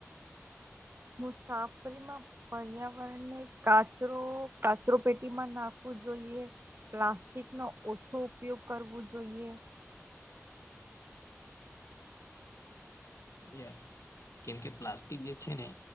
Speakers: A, on the right; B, on the left.
A: હું સાફ કરી મા પર્યાવરણ ને કાચરો કાચરો પેટી માં નાખવું જોઈએ પ્લાસ્ટિકનો ઓછો ઉપયોગ કરવો જોઈએ
B: યસ કેમ કે પ્લાસ્ટિક જે છે ને